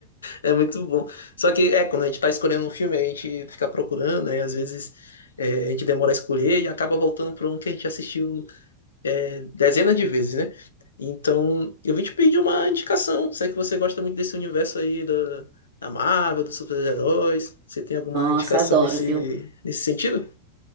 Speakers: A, on the left (about 70°); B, on the right (about 40°).
A: é muito bom. Só que, é, quando a gente tá escolhendo um filme, a gente fica procurando, aí às vezes é, a gente demora a escolher e acaba voltando pra um que a gente assistiu dezenas de vezes, né? Então, eu vim te pedir uma indicação. Se é que você gosta muito desse universo aí da, da Marvel, dos super-heróis, você tem alguma
B: Nossa,
A: indicação
B: adoro,
A: nesse,
B: viu?
A: nesse sentido?